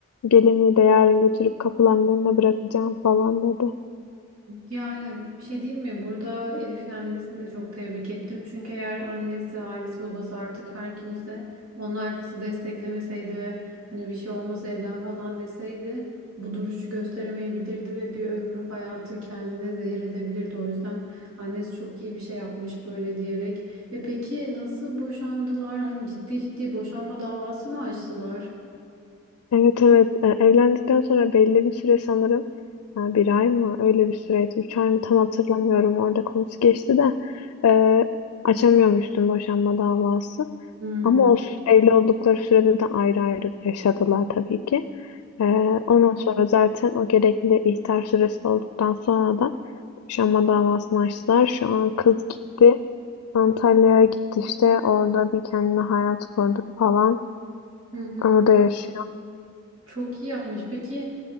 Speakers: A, on the left (about 80°); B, on the right (about 70°).
A: Gelinliği de yarın götürüp kapılarının önüne bırakacağım falan dedi.
B: Yani bir şey diyeyim mi? Burada Elif'in annesini de çok tebrik ettim. Çünkü eğer annesi, ailesi, babası artık her kimse onlar kızı desteklemeseydi ve hani bir şey olmaz evlen falan deseydi bu duruşu gösteremeyebilirdi ve bir ömür hayatı kendine zehir edebilirdi. O yüzden annesi çok iyi bir şey yapmış böyle diyerek. E peki nasıl boşandılar? Hani ciddi ciddi boşanma davası mı açtılar?
A: Evet evet E, evlendikten sonra belli bir süre sanırım ha, bir ay mı öyle bir süreydi üç ay mı tam hatırlamıyorum orada konusu geçti de e, açamıyormuştum boşanma davası
B: Hmm.
A: ama o s- evli oldukları sürede de ayrı ayrı yaşadılar tabii ki E, ondan sonra zaten o gerekli ihtar süresi dolduktan sonra da boşanma davasını açtılar şu an kız gitti Antalya'ya gitti işte orada bir kendine hayat kurdu falan
B: Hı hı.
A: orada yaşıyor
B: Çok iyi yapmış. Peki